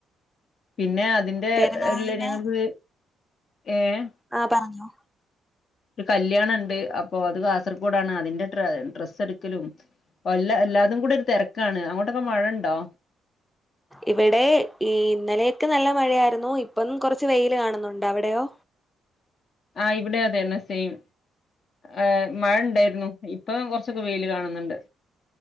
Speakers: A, on the left; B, in the centre.
A: പിന്നെ അതിന്റെള്ള
B: പെരുന്നാളിന്
A: ഞങ്ങക്ക് ഏഹ്
B: ആഹ പറഞ്ഞോ
A: ഒരു കല്യാണ ഉണ്ട് അപ്പൊ അത് കാസർഗോഡാണ് അതിന്റെ ഡ്ര ഡ്രസ്സ് എടുക്കലും കൊല്ല എല്ലാതും കൂടി ഒരു തെരക്കാണ് അങ്ങോട്ടൊക്കെ മഴ ഉണ്ടോ
B: ഇവിടെ ഈ ഇന്നലെയൊക്കെ നല്ല മഴയായിരുന്നു ഇപ്പം കൊറച്ച് വെയിൽ കാണുന്നുണ്ട് അവിടെയോ
A: ആഹ് ഇവിടെ അതെന്നെ സെയിം എ മഴ ഉണ്ടായിരുന്നു പ്പം കൊർച്ചൊക്കെ വെയില് കാണുന്നുണ്ട്